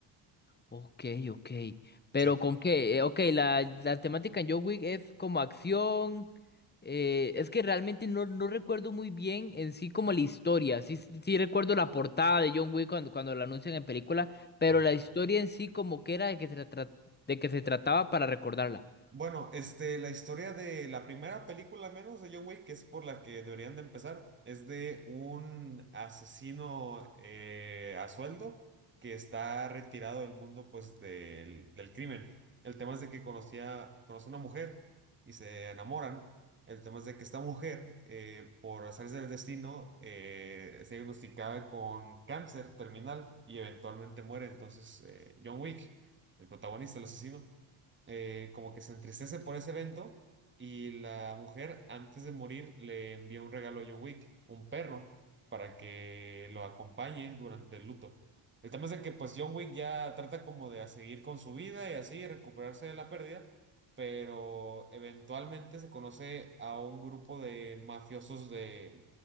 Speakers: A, on the left; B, on the right.
A: Ok, ok. Pero
B: Sí.
A: con qué, Eh, ok, la, la temática en John Wick es como acción. eh, es que realmente no, no recuerdo muy bien en sí como la historia. Sí, sí sí recuerdo la portada de John Wick cuando, cuando la anuncian en película, pero
B: Ajá.
A: la historia en sí como que era de que se, tra- de que se trataba para recordarla.
B: Bueno, este, la historia de la primera película, al menos de John Wick, que es por la que deberían de empezar, es de un asesino eh, a sueldo que está retirado del mundo, pues, del, del crimen. El tema es de que conocía, conoce a una mujer y se enamoran. El tema es de que esta mujer, eh, por azares del destino, eh, se diagnosticaba con cáncer terminal y eventualmente muere. Entonces, eh, John Wick, el protagonista, el asesino eh, como que se entristece por ese evento y la mujer antes de morir le envía un regalo a John Wick, un perro, para que lo acompañe durante el luto. El tema es de que pues John Wick ya trata como de a seguir con su vida y así recuperarse de la pérdida, pero eventualmente se conoce a un grupo de mafiosos de